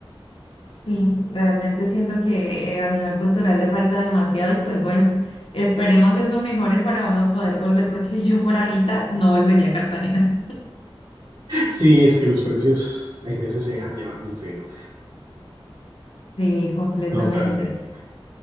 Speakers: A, on the left; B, on the right.
A: Sí, realmente siento que eh, a nivel cultural le falta demasiado y pues bueno, esperemos eso mejore para uno poder volver porque <laughs> yo por ahorita no volvería a Cartagena.
B: Sí, es que los precios hay veces se dejan llevar muy feo.
A: Sí, completamente.
B: Totalmente,